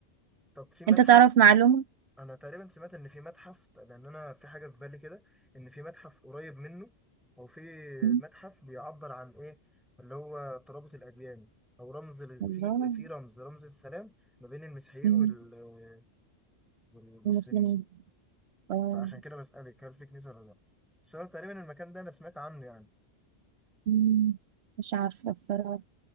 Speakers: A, in the centre; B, on the right.
A: طب في متحف
B: انت تعرف معلومة
A: انا تقريبا سمعت ان في متحف لان انا في حاجة في بالي كده ان في متحف قريب منه او في
B: مم.
A: متحف بيعبر عن ايه اللي هو ترابط الاديان او رمز ل-
B: والله
A: في في رمز رمز السلام ما بين المسيحيين
B: مم.
A: وال والمسلمين
B: المسلمين اه
A: فعشان كده بسألك هل في كنيسة ولا لا بس هو تقريبا المكان ده انا سمعت عنه يعني
B: مم. مش عارفة الصراحة